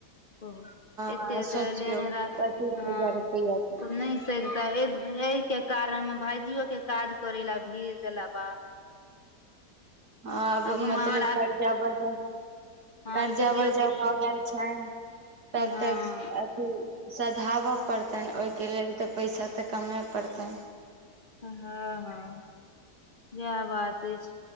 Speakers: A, on the left (about 35°); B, on the right (about 70°).
A: ओ एते
B: हँ
A: एत
B: सोचियौ
A: लेने रह
B: पच्चीस
A: हँ
B: हजार रुपैआ के
A: तऽ नहि सधितै यै के कारण हमर भाायजियो के काज करै ला भेज देला बाहर
B: हँ आब
A: हम
B: मतलब
A: अहाँ
B: कर्जा बर्
A: हँ
B: कर्जा
A: दीदियो
B: वर्जा
A: के
B: भऽ गेल छनि तब
A: हँ
B: तऽ अथी सधाबय पड़तनि ओहिके लेल तऽ पैसा तऽ कमय पड़तनि
A: हँ हँ इएह बात अछि